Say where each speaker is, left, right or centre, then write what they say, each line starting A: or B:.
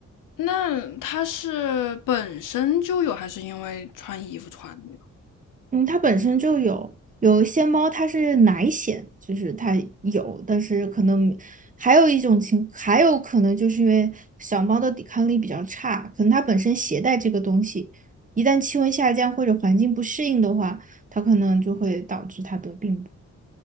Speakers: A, on the left; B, on the right.
A: 那他是本身就有，还是因为穿衣服穿的？
B: 嗯，它本身就有有一些猫，它是奶癣，就是它有，但是可能还有一种情，还有可能就是因为小猫的抵抗力比较差，可能它本身携带这个东西，一旦气温下降或者环境不适应的话，它可能就会导致它得病。